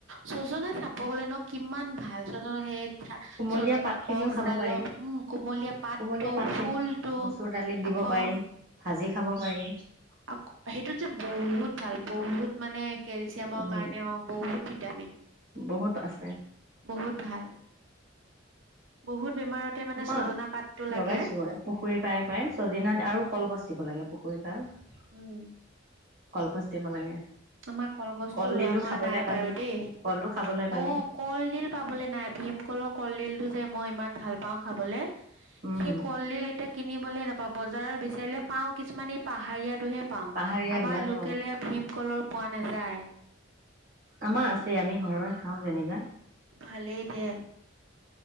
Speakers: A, on the right; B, on the right.
A: চজনা চাব গলে ন! কিমান ভাল চজন সেইত <unintelligible>
B: কুমলীয়া পাতখিনিও
A: গছডালত
B: খাব পাৰি
A: উম- কুমলীয়া পাতটো,
B: কুমলীয়া পাতখিনি
A: ফুলটো,
B: মচুৰ দালিত দিব
A: আকৌ-
B: পাৰি ভাজি খাব পাৰি।
A: আকৌ সেইটো যে বহুত ভাল বহুত মানে- কেলচিয়ামৰ
B: উম
A: কাৰণে হওক বহুত ভিটামিন।
B: বহুত আছে
A: বহুত ভাল। বহুত- বেমাৰতে মানে
B: আমাৰ
A: ছজনা পাতটো লাগে
B: লগাইছো পুখুৰী পাৰে- পাৰে। ছজনা
A: উম
B: আৰু কলগছ দিব লাগে পুখুৰী পাৰত।
A: উম,
B: কলগচ দিব লাগে।
A: আমাৰ কলগছটো
B: কলডিলো
A: ৰোৱা হোৱা
B: খাবলৈ
A: নাই
B: পালি
A: বাৰু দেই,
B: কলো খাবলৈ পালি
A: অ- কলডিল পাবলৈ নাই, ভীমকলৰ কলডিল- এইটো যে- মই ইমান ভাল পাওঁ খাবলৈ।
B: উম
A: সেই কলডিল এতিয়া- কিনিবলৈ নাপাওঁ বজাৰত বিচাৰিলে পাওঁ, কিছুমান এই পাহাৰীয়াা- টোহে পাওঁ।
B: পাহাৰীয়া
A: আমাৰ
B: বিলাক
A: লোকেলে
B: অ
A: ভীমকলৰ- স যায়
B: আমাৰ আছেই আমি ঘৰৰ খাওঁ যেনিবা।
A: ভালেই দিয়া